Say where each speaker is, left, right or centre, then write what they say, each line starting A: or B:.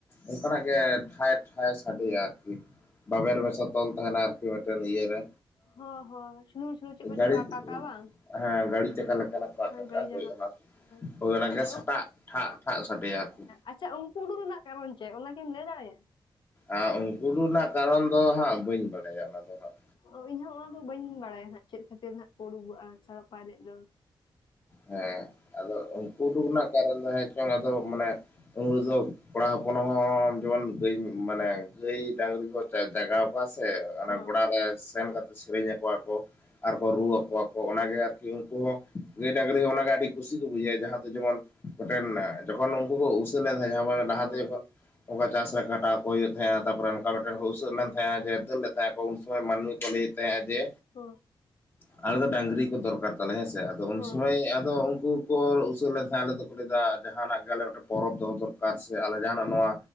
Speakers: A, on the left; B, on the left.
A: ᱚᱱᱠᱟ ᱱᱟᱜ ᱜᱮ ᱴᱷᱟᱭ ᱴᱷᱟᱭ ᱥᱟᱰᱮᱭᱟ ᱟᱨᱠᱤ ᱵᱟᱵᱮᱨ
B: ᱦᱚᱸ
A: ᱢᱮᱥᱟ ᱛᱚᱞ ᱛᱟᱦᱮᱱᱟ ᱟᱨᱠᱤ ᱢᱤᱫᱴᱮᱱ ᱤᱭᱟᱹᱨᱮ
B: ᱦᱚᱸ ᱦᱚᱸ ᱦᱚᱸ ᱥᱩᱱᱩᱢ ᱥᱩᱱᱩᱢ ᱪᱮᱫ
A: ᱟᱸ
B: ᱠᱚᱪᱚ
A: ᱜᱟᱲᱤᱡ
B: ᱠᱚ ᱟᱠᱟ ᱠᱟᱜᱼᱟ ᱵᱟᱝ
A: ᱦᱮᱸ ᱜᱟᱲᱤ ᱪᱟᱠᱟ ᱞᱮᱠᱟᱱᱟᱜ ᱟᱠᱟᱠᱟᱜ
B: ᱦᱮᱸ ᱜᱟᱹᱲᱤ
A: ᱦᱩᱭᱩᱜᱼᱟ
B: ᱡᱟᱭᱜᱟ ᱞᱮᱠᱟᱱᱟᱜ ᱦᱮᱸ
A: ᱦᱳᱭ ᱚᱱᱟᱜᱮ
B: ᱟᱪᱪᱷᱟ
A: ᱥᱟᱴᱟᱜ ᱴᱷᱟᱜ ᱴᱷᱟᱜ ᱥᱟᱰᱮᱭᱟ ᱟᱨᱠᱤ
B: ᱟᱪᱷᱟ ᱩᱱᱠᱩ ᱩᱰᱩᱜ ᱨᱮᱱᱟᱜ ᱠᱟᱨᱚᱱ ᱪᱮᱫ ᱚᱱᱟᱠᱤᱢ ᱞᱟᱹᱭ ᱫᱟᱲᱮᱭᱟᱜᱼᱟ?
A: ᱟᱸᱻ ᱩᱱᱠᱩ ᱨᱩ ᱨᱮᱱᱟᱜ ᱠᱟᱨᱚᱱ ᱫᱚ ᱦᱟᱸᱜ ᱵᱟᱹᱧ ᱵᱟᱲᱟᱭᱟ ᱚᱱᱟ ᱫᱚ ᱦᱟᱸᱜ
B: ᱚ ᱤᱧᱦᱚᱸ ᱚᱱᱟᱫᱚ ᱵᱟᱹᱧ ᱵᱟᱲᱟᱭᱟ ᱦᱟᱸᱜ ᱪᱮᱫ ᱠᱷᱟᱹᱛᱤᱨ ᱦᱟᱸᱜ ᱠᱚ ᱩᱰᱩᱜᱚᱜᱼᱟ ᱥᱟᱲᱯᱟ ᱮᱱᱮᱡ ᱫᱚ
A: ᱦᱮᱸ ᱟᱫᱚ ᱩᱝᱠᱩ ᱩᱰᱩᱠ ᱨᱮᱱᱟᱜ ᱠᱟᱨᱚᱱ ᱫᱚ ᱦᱮᱸ ᱪᱚᱝ ᱟᱫᱚ ᱢᱟᱱᱮ ᱩᱱ ᱦᱤᱞᱳᱜ ᱫᱚ ᱠᱚᱲᱟ ᱦᱚᱯᱚᱱ ᱦᱚᱸ ᱡᱮᱢᱚᱱ ᱜᱟᱹᱭ ᱢᱟᱱᱮ ᱜᱟᱹᱭ ᱰᱟᱝᱨᱤ ᱠᱚ ᱛᱮ ᱡᱟᱜᱟᱣ ᱠᱚᱣᱟ ᱥᱮ ᱚᱱᱮ
B: ᱦᱚᱸ
A: ᱜᱚᱲᱟ ᱨᱮ ᱥᱮᱱ ᱠᱟᱛᱮ ᱥᱮᱨᱮᱧ ᱟᱠᱚᱣᱟ ᱠᱚ, ᱟᱨᱠᱚ ᱨᱩ ᱟᱠᱚᱣᱟ ᱠᱚ, ᱚᱱᱟᱜᱮ ᱟᱨᱠᱤ ᱩᱱᱠᱩ ᱦᱚᱸ ᱜᱟᱹᱭ ᱰᱟᱹᱝᱨᱤ ᱦᱚᱸ ᱚᱱᱟᱜᱮ ᱟᱹᱰᱤ ᱠᱩᱥᱤ ᱠᱚ ᱵᱩᱡᱷᱟᱹᱣᱟ ᱡᱟᱦᱟᱸ ᱠᱚ ᱡᱮᱢᱚᱱ ᱢᱮᱫᱴᱮᱱ ᱡᱚᱠᱷᱚᱱ ᱩᱝᱠᱩ ᱠᱚ ᱩᱥᱟᱹᱫ ᱞᱮᱱᱠᱷᱟᱱ ᱛᱟᱦᱮᱸ ᱡᱟᱦᱟᱸ ᱞᱟᱦᱟ
B: ᱦᱚᱸ
A: ᱛᱮ ᱡᱚᱠᱷᱚᱱ ᱚᱝᱠᱟ ᱪᱟᱥ ᱨᱮ ᱠᱷᱟᱴᱟᱣ ᱠᱚ ᱦᱩᱭᱩᱜ ᱛᱟᱦᱮᱸᱜᱼᱟ ᱛᱟᱨᱯᱚᱨ ᱚᱱᱠᱟ ᱢᱤᱫᱴᱮᱱ ᱠᱚ ᱩᱥᱟᱹᱜ ᱞᱮᱱ ᱛᱟᱦᱮᱸᱜ-ᱟ ᱡᱮ ᱫᱟᱹᱲ ᱞᱮᱫ ᱛᱟᱦᱮᱸᱜ ᱠᱚ ᱩᱱ ᱥᱚᱢᱚᱭ ᱢᱟᱹᱱᱢᱤ ᱠᱚ ᱞᱟᱹᱭᱮᱫ ᱛᱟᱦᱮᱸᱜ-ᱟ ᱡᱮ,
B: ᱦᱚᱸ
A: ᱟᱞᱮ ᱫᱚ ᱰᱟᱝᱨᱤ ᱠᱚ ᱫᱚᱨᱠᱟᱨ ᱛᱟᱞᱮ ᱦᱮᱸᱥᱮ ᱟᱫᱚ ᱩᱱ
B: ᱦᱚᱸ
A: ᱥᱚ ᱦᱮᱸ ᱟᱫᱚ ᱩᱱᱠᱩ ᱠᱚ ᱩᱥᱟᱹᱫ ᱞᱮᱱ ᱛᱟᱦᱮᱸ ᱟᱞᱮ ᱫᱚᱠᱚ ᱞᱟᱹᱭᱫᱟ ᱡᱟᱸᱦᱟᱱᱟᱜ ᱜᱮ ᱟᱞᱮ ᱢᱤᱫᱴᱮᱱ ᱯᱚᱨᱚᱵᱽ ᱫᱚᱦᱚ ᱫᱚᱨᱠᱟ ᱫᱚᱠᱟᱨ ᱥᱮ ᱟᱞᱮ ᱡᱟᱸᱦᱟᱱᱟᱜ ᱱᱚᱣᱟ